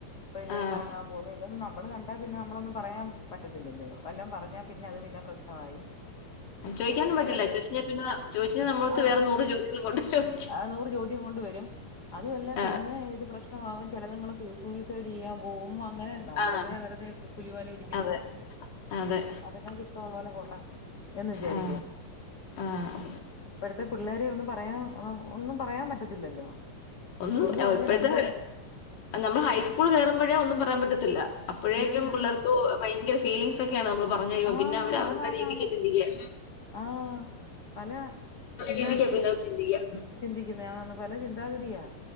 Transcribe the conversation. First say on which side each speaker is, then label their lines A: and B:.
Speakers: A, on the left; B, on the left.
A: പിന്നെ
B: ആഹ്
A: കറങ്ങാൻ പോന്നു. തൊന്ന് നമ്മള് കണ്ട പിന്നെ നമ്മളൊന്നും പറയാൻ പറ്റത്തില്ലല്ലോ വല്ലാം പറഞ്ഞാ പിന്നെ അത് പിന്നെ പ്രശ്നമായി
B: ചോയ്ക്കാനും
A: ആ,
B: പറ്റില്ല
A: ചിലര്
B: ചോയിച്ചു കഴിഞ്ഞാൽ പിന്നെ ചോയിച്ച നമ്മടെത്ത്
A: ആ
B: വേറെ നൂറ് ചോദ്യങ്ങൾ കൊണ്ട് വരും.
A: ആ നൂറ് ചോദ്യം കൊണ്ട് വരും അതുവല്ല
B: ആഹ്
A: പിന്നെ ഇത് പ്രശ് മാവും ചിലത്ങ്ങള് സൂസൂസൈഡ്യ്യാ പോവും അങ്ങനെ. നമ്മളന്തിനാ
B: ആഹ്
A: വെറുതേ പുലിവാൽ പിടിക്കുന്നത്
B: അതെ അതെ
A: അതെങ്ങക്ക് ഇഷ്ടള്ള പോലെ പോട്ടേ എന്ന് വിചാരിക്കും.
B: ആഹ് ആഹ്
A: ഇപ്പോഴത്തെ പിള്ളേരെ ഒന്നും പറയാൻ ഒന്നും പറയാൻ പറ്റത്തില്ലല്ലോ.
B: ഒന്നും
A: ഒന്ന് പറഞ്ഞ്
B: ഇപ്പോഴത്തെ
A: രണ്ട്
B: നമ്മൾ ഹൈസ്കൂൾ കയറുമ്പോഴേ ഒന്നും പറയാൻ പറ്റത്തില്ല അപ്പോഴേക്കും
A: ഉം ഉം
B: പിള്ളേർക്ക് ഭയങ്കര ഫീലിംഗസ്ക്കെയാണ് അമ്മള് പറഞ്ഞു കഴിയ്മ്പോ
A: ആഹ്
B: പിന്നെ അവര്
A: ആന്നാന്ന്
B: അവരുടെ രീതിക്കാ
A: ആന്ന്
B: ചിന്തിക്കാ
A: ആഹ് പല ചിന്താഗതിയാ
B: രീതിക്കാ പിന്നെ അവര് ചിന്തിക്കുക
A: ചിന്തിക്കുന്നയാണെന്ന് പല ചിന്താഗതിയാ.